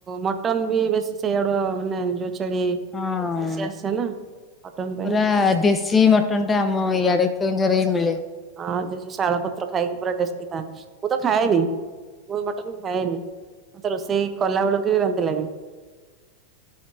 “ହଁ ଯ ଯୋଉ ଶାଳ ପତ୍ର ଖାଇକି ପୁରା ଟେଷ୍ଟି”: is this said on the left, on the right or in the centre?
Right